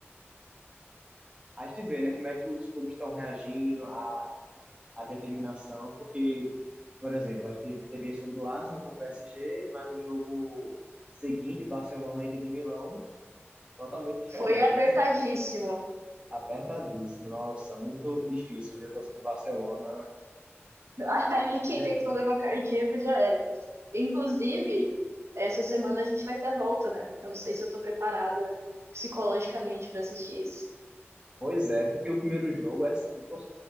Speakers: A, on the right; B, on the right.
A: a gente vê, né, como é que os clubes estão reagindo, a a determinação, porque, por exemplo, a gente teve esse jogo do Arsenal com o PSG, mas o jogo seguinte, Barcelona e Inter de Milão, totalmente diferente,
B: foi apertadíssimo.
A: né? Apertadíssimo. Nossa, muito difícil, viu, torcer pro Barcelona.
B: <laughs> Ali quem
A: É,
B: tem problema cardíaco já era. Inclusive, essa semana a gente vai ter a volta, né? Eu não sei se eu tô preparada psicologicamente pra assistir isso.
A: Pois é, porque o primeiro jogo é se tor-